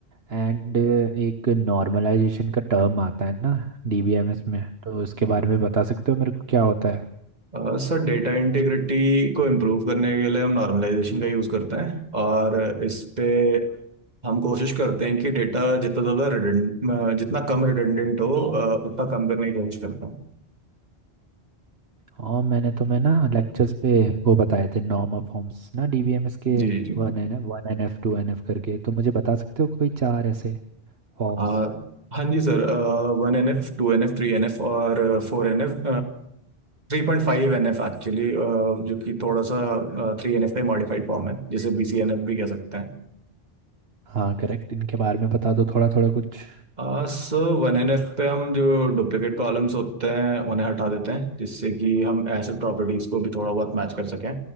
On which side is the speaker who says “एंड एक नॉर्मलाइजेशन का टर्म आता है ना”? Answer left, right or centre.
Right